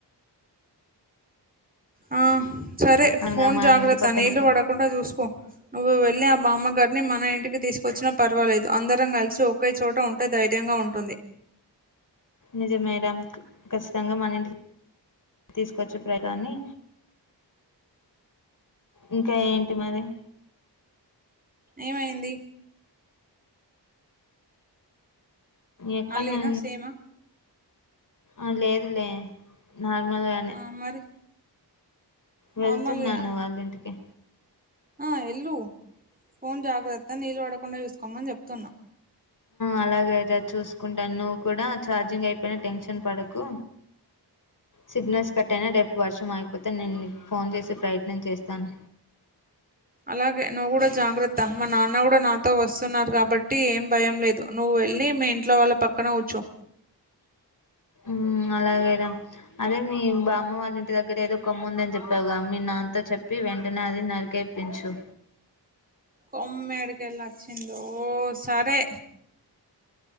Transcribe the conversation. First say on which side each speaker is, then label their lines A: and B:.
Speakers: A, on the right; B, on the left.
A: ఆ సరే
B: అనగా
A: ఫోన్
B: మా
A: జాగ్రత్త
B: ఇంటి పక్కన
A: నీళ్లు
B: ఒక
A: పడకుండా చూసుకో నువ్వు వెళ్ళి మా అమ్మగారిని మన ఇంటికి తీసుకొచ్చినా పర్వాలేదు అందరం కలిసి ఒకే చోట ఉంటే ధైర్యంగా ఉంటుంది.
B: నిజమేరా ఖచ్చితంగా మనంటి తీసుకొచ్చి ప్రగాన్ని ఇంకా ఏంటి మరి
A: ఏమైంది
B: ఎక్కన్నా
A: మళ్ళీనా సేమా?
B: ఆ లేదు లే నార్మల్ గానె
A: ఆ! మరి?
B: వెళ్తున్నాను
A: నార్మల్‌గా
B: వాళ్ళింటికి
A: ఆ ఎల్లు ఫోన్ జాగ్రత్త నీళ్ళు పడకుండా చూసుకోమని చెప్తున్నా
B: అలాగైతే చూసుకుంటాను నువ్వు కూడా ఛార్జింగ్ అయిపోయిన టెన్షన్ పడకు సిగ్నల్స్ కట్టయినా రేపు వర్షం ఆగిపోతే నేను మీకు ఫోన్ చేసే ప్రయత్నం చేస్తాను
A: అలాగే నువ్వు కూడా జాగ్రత్త మా నాన్న కూడా నాతో వస్తున్నారు కాబట్టి ఏం భయం లేదు నువ్వు వెళ్ళి మీ ఇంట్లో వాళ్ళ పక్కన కూర్చో
B: మ్ అలాగే రా అదే మీ బామ్మ వాళ్ళ ఇంటి దగ్గర ఏదో కొమ్ముందని చెప్పావుగా మీ నా అంత చెప్పి వెంటనే అది నరికేపించు
A: కొమ్మేడికెల్లచ్చిందొ సరే